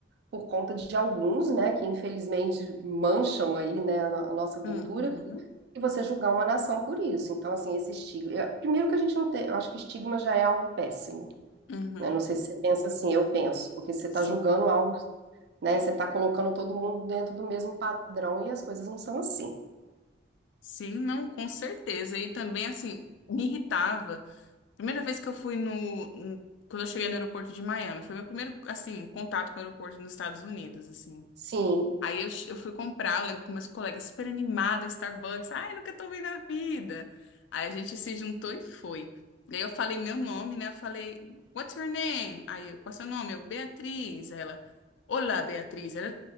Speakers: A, on the right; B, on the left.
A: por conta de alguns, né, que infelizmente mancham aí, né, a no- a nossa cultura,
B: uhum,
A: e você julgar uma nação por isso. Então, assim, esse estigma. eu- primeiro que a gente não tem, eu acho que estigma já é algo péssimo,
B: uhum.
A: né? Não sei se você pensa assim, eu penso, porque você está
B: Sim,
A: julgando algo, né, você está colocando todo mundo dentro do mesmo padrão e as coisas não são assim.
B: sim, não, com certeza. E também, assim, me irritava. Primeira vez que eu fui no, no- quando eu cheguei no aeroporto de Miami, foi meu primeiro, assim, contato com o aeroporto nos Estados Unidos, assim.
A: Sim,
B: Aí eu, eu fui comprar, eu lembro que meus colegas super animados, Starbucks, ai, nunca tomei na vida. Aí a gente se juntou e foi. E aí eu falei meu nome, né? Eu falei, what's your name? Aí eu, qual é seu nome? Eu, Beatriz. Aí ela, olá, Beatriz.